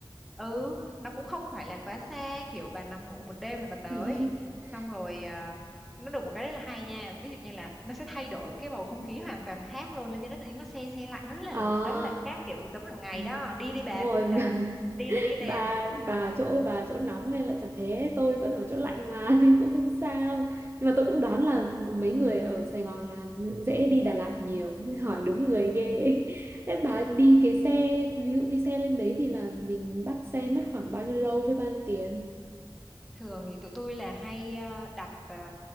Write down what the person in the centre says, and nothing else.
ừ nó cũng không phải là quá xa kiểu bà nằm ngủ một đêm là bà tới
xong rồi à, nó được một cái rất là hay nha ví dụ như là nó sẽ thay đổi cái bầu không khí hoàn toàn khác luôn lên trên đó tự nhiên nó se se lạnh nó rất là
nó rất là khác kiểu cuộc sống hàng ngày
đó đi đi bà
tôi là
đi là đi
liền
<laughs>
ừ
thường thì tụi tôi là hay ờ, đặt ờ,